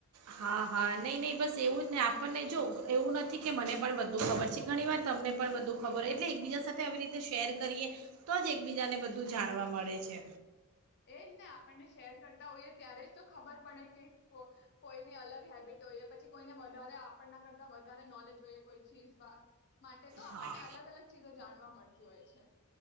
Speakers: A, on the right (about 75°); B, on the left (about 50°).
A: હા હા નહીં નહીં બસ એવું જ નહીં આપણને જો એવું નથી કે મને પણ બધું ખબર છે, ઘણીવાર તમને પણ બધું ખબર હો એટલે એકબીજા સાથે આવી રીતે શેર કરીએ તો જ એકબીજાને બધું જાણવા મળે છે.
B: એજ ને આપણને શેર કરતા હોઈએ ત્યારે જ તો ખબર પડે કે કોઈ ની અલગ હેબિટ હોઈએ પછી કોઈને વધારે આપણના કરતા વધારે નોલેજ હોઈએ કોઈ ચીઝ માટે તો આપણને
A: હા
B: અલગ અલગ ચીજો જાણવા મળશે. જોય છે.